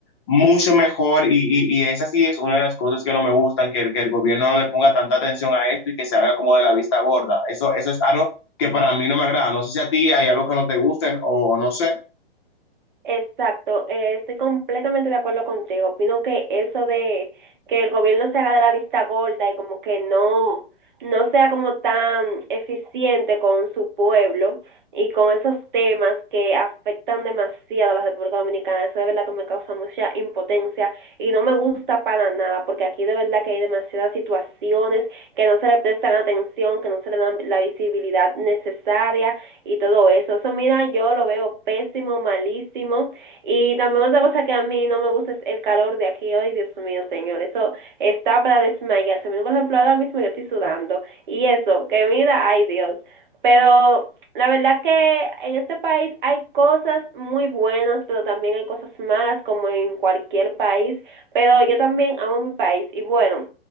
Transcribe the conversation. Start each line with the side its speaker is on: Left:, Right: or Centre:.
Left: mucho mejor y, y, y, esa sí es una de las cosas que no me gustan, que, que el gobierno no le ponga tanta atención a esto y que se haga como de la vista gorda. Eso, eso es algo que para mí no me agrada. No sé si a ti hay algo que no te gusten o no sé.
Right: Exacto, eh, estoy completamente de acuerdo contigo. Opino que eso de que el gobierno se haga de la vista gorda y como que no, no sea como tan eficiente con su pueblo y con esos temas que afectan demasiado a la República Dominicana, eso de verdad que me causa mucha impotencia y no me gusta para nada porque aquí de verdad que hay demasiadas situaciones que no se le prestan atención, que no se le dan la visibilidad necesaria y todo eso. Eso, mira, yo lo veo pésimo, malísimo. Y también otra cosa que a mí no me gusta es el calor de aquí hoy, Dios mío, señor. Eso está para desmayarse. por ejemplo, ahora mismo yo estoy sudando. Y eso, que mira, ay Dios. Pero la verdad que en este país hay cosas muy buenas, pero también hay cosas malas como en cualquier país. Pero yo también amo mi país. Y bueno,